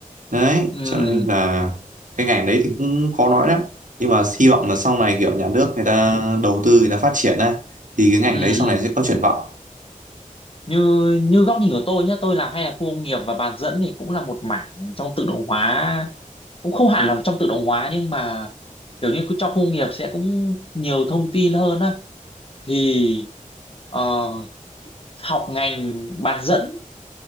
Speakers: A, on the right; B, on the left.
A: đấy
B: ừ,
A: cho nên là cái ngành đấy thì cũng khó nói lắm nhưng mà hy vọng là sau này kiểu nhà nước người ta đầu tư người ta phát triển á thì cái ngành
B: ừ.
A: đấy sau này sẽ có triển vọng
B: như như góc nhìn của tôi nhé tôi làm hay là khu công nghiệp và bán dẫn thì cũng là một mảng trong tự động hóa cũng không hẳn là trong tự động hóa nhưng mà kiểu như cứ trong khu công nghiệp sẽ cũng nhiều thông tin hơn á thì ờ, học ngành bán dẫn